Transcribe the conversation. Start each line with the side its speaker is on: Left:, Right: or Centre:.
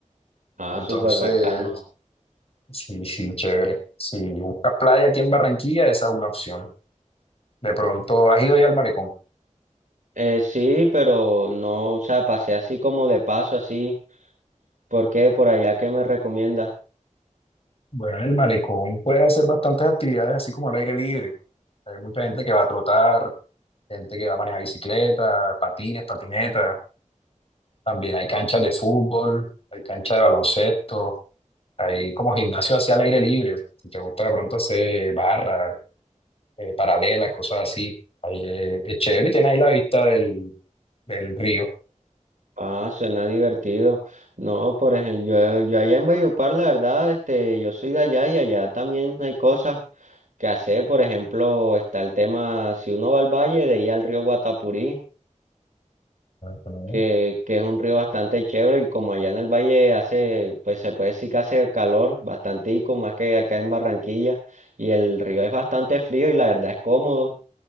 Right: Ah,
Left: Entonces,
Right: súper bacano.
Left: Sí, sí, chévere. Si buscas playa aquí en Barranquilla, esa es una opción. De pronto, ¿has ido ya al malecón?
Right: Eh, sí, pero no, o sea, pasé así como de paso, así. ¿Por qué? Por allá, ¿qué me recomiendas?
Left: Bueno, en el malecón puedes hacer bastantes actividades así como al aire libre. Hay mucha gente que va a trotar, gente que va a manejar bicicleta, patines, patinetas. También hay canchas
Right: Ah,
Left: de fútbol, hay canchas de baloncesto, hay como gimnasio hacia al aire libre. Si te gusta de pronto hacer barras, eh, paralelas, cosas así. Ahí, eh, es chévere y tienes ahí la vista del, del río.
Right: ah, suena divertido. No, por ejemplo, yo, yo allá en Valledupar, la verdad, este, yo soy de allá y allá también hay cosas que hacer. Por ejemplo, está el tema, si uno va al valle, de ir al río Guatapurí.
Left: Ujú.
Right: que, que es un río bastante chévere y como allá en el valle hace, pues se puede decir que hace calor bastantico, más que acá en Barranquilla, y el río es bastante frío y la verdad es cómodo.